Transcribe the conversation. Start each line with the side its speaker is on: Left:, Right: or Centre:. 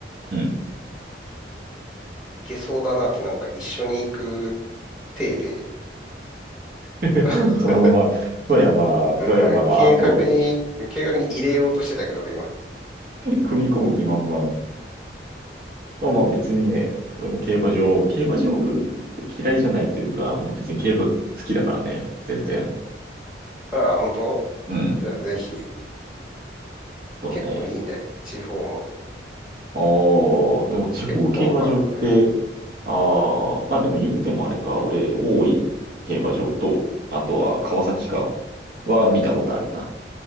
Right: うん。
Centre: いけそうだなって、なんか一緒に行く体で、
Right: <laughs>
Centre: 今、<laughs>
Right: そのまま、富山、
Centre: うーん、
Right: 富山の後を
Centre: 計画に、計画に入れようとしてたけど、俺今。
Right: 組み込む気満々。まあまあ別にね、俺も競馬場、競馬場嫌いじゃないというか、もう別に競馬好きだからね、全然。
Centre: ああ、本当じゃあぜひ、
Right: うん、そうね。
Centre: 結構いいんだよ。地方も。
Right: ああ、でも地方競馬場って、
Centre: 結構コンパクトでね。
Right: ああ、まあでも言うてもあれか、俺、大井競馬場と、あとは川崎か、は見たことあるな。